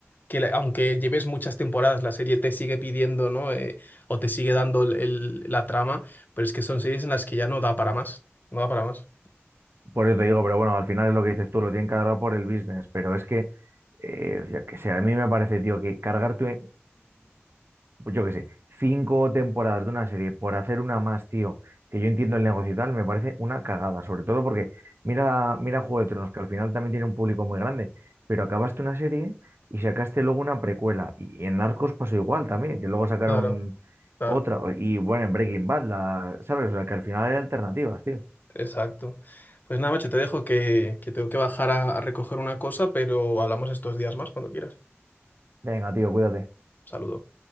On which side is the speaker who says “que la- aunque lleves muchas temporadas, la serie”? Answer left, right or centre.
Left